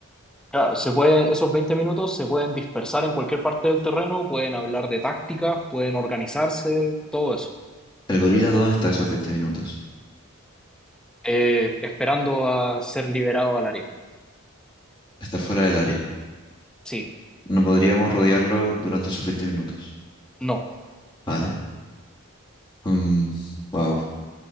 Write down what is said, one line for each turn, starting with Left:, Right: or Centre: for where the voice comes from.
Centre: Claro, se puede, esos 20 minutos se pueden dispersar en cualquier parte del terreno, pueden hablar de tácticas, pueden organizarse, todo eso.
Left: ¿El gorila dónde está esos veinte minutos?
Centre: Eh, esperando a ser liberado al área.
Left: Está fuera del área.
Centre: Sí.
Left: No podríamos rodearlo durante esos 20 minutos.
Centre: No.
Left: Vale. Mm, wow.